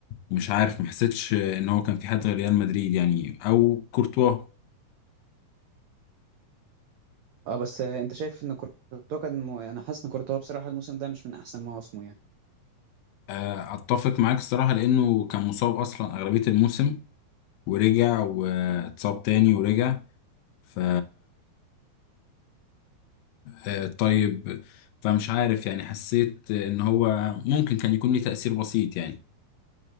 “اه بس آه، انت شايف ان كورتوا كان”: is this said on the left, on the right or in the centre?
Right